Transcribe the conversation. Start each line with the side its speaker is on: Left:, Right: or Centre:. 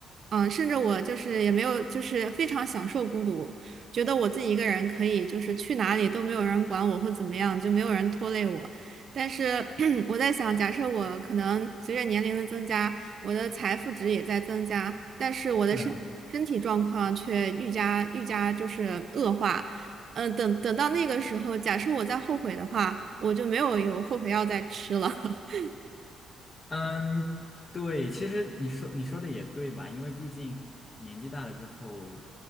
Right: 嗯，呃甚至我就是也没有，就是非常享受孤独，觉得我自己一个人可以，就是去哪里都没有人管我或怎么样，就没有人拖累我。但是 <clears throat> 我在想，假设我可能随着年龄的增加，我的财富值也在增加，但是我的身身体状况却愈加愈加就是恶化。
Left: 嗯。
Right: 嗯，等等到那个时候，假设我再后悔的话，我就没有有后悔药再吃了。<laughs>
Left: 嗯，对，其实你说你说的也对吧？因为毕竟年纪大了之后，